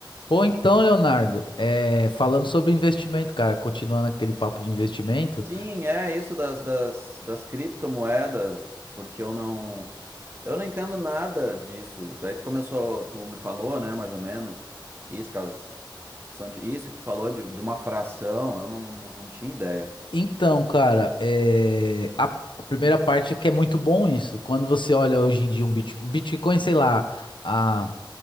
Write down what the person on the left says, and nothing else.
Pô, então, Leonardo, é, falando sobre investimento, cara, continuando aquele papo de investimento.
Então, cara, é, a, a primeira parte é que é muito bom isso. Quando você olha hoje em dia um Bitcoin, Bitcoin, sei lá, há